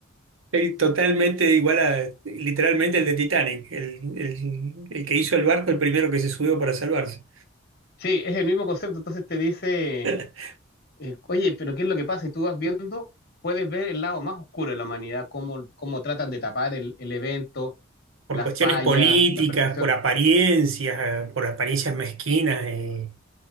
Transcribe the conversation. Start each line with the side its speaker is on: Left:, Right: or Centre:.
Right: es totalmente igual a literalmente el de Titanic, el, el- el que hizo el barco, el primero que se subió para salvarse.
Left: Sí, es el mismo concepto, entonces te dice
Right: <laughs>
Left: Eh, oye, pero ¿qué es lo que pasa? Y tú vas viendo, puedes ver el lado más oscuro de la humanidad, cómo, cómo tratan de tapar el, el evento,
Right: Por
Left: las
Right: cuestiones
Left: fallas,
Right: políticas,
Left: la percepción.
Right: por apariencias, eh, por apariencias mezquinas, eh,